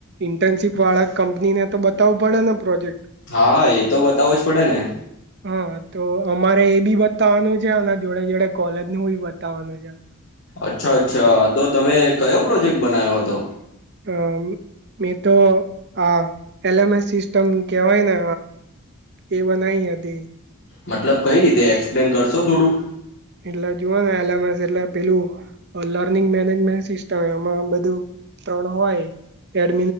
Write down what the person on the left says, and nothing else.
હા હા એ તો બતાવો જ પડે ને
અચ્છા અચ્છા તો તમે કયો પ્રોજેક્ટ બનાવ્યો હતો?
મતલબ કઈ રીતે એક્સપ્લેન કરશો થોડુંક?